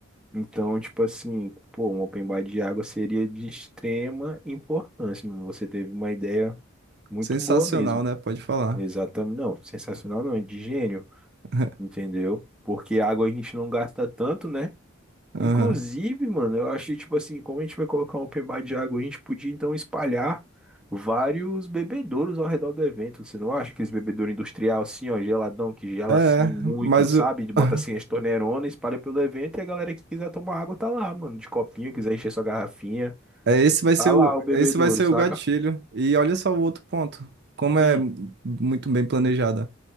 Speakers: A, in the centre; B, on the right (about 55°).
A: Então, tipo assim, pô, um open bar de água seria de extrema importância, mano. Você teve uma ideia muito
B: Sensacional,
A: boa mesmo.
B: né? Pode falar.
A: Exatamente, não, sensacional não, de gênio,
B: <laughs>
A: entendeu? Porque água a gente não gasta tanto, né?
B: Aham.
A: Inclusive, mano, eu achei, tipo assim, como a gente vai colocar um open bar de água, a gente podia então espalhar vários bebedouros ao redor do evento. Você não acha aqueles bebedouro industrial assim, ó, geladão, que gela
B: É,
A: assim muito,
B: mas
A: sabe?
B: o...
A: De Bota
B: <laughs>
A: assim as torneironas, espalha pelo evento e a galera que quiser tomar água tá lá, mano, de copinho, quiser encher sua garrafinha,
B: é, esse vai ser
A: tá
B: o...
A: lá o bebedouro,
B: esse vai ser
A: saca?
B: o gatilho. E olha só o outro ponto. Como é
A: Hum,
B: muito bem planejada.